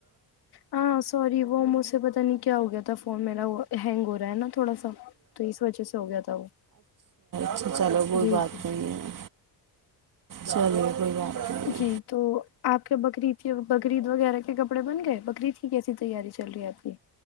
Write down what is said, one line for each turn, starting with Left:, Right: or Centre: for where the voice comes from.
Left: ہاں سوری وہ مجھ سے پتا نہیں کیا ہو گیا تھا فون میرا وہ ہینگ ہو رہ نا تھوڑا سا تو اس وجہ سے ہو گیا تھا وہ
Right: اچ چلو کوئی
Left: جی
Right: بات
Left: جی
Right: نہیں ہے چلیے کوئی بات نہیں ہے
Left: جی تو آپ کے بکریید بکریید وغیرہ کے کپڑے بن گئے بکریید کیسی تیاری چل رہی ہے آپ کی